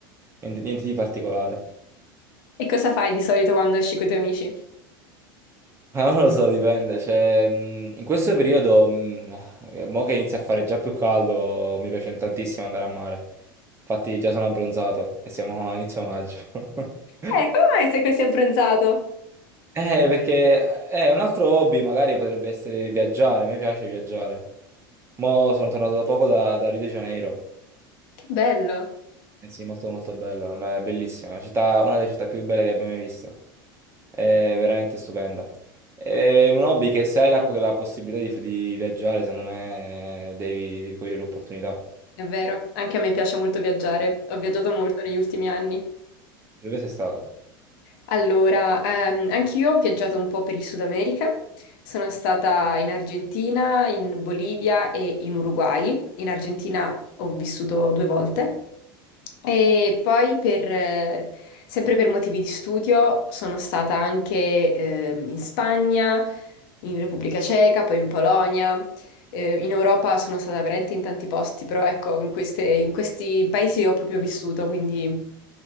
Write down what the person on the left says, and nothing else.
E cosa fai di solito quando esci con i tuoi amici?
Eh, come mai sei così abbronzato?
Che bello,
è vero, anche a me piace molto viaggiare, ho viaggiato molto negli ultimi anni.
Allora, ehm, anch'io ho viaggiato un po' per il Sud America. Sono stata in Argentina, in Bolivia e in Uruguay. In Argentina ho vissuto due volte. E poi, per, eh, sempre per motivi di studio, sono stata anche ehm, in Spagna, in Repubblica Ceca, poi in Polonia. Eh, in Europa sono stata veramente in tanti posti, però ecco, in queste- in questi paesi ho proprio vissuto, quindi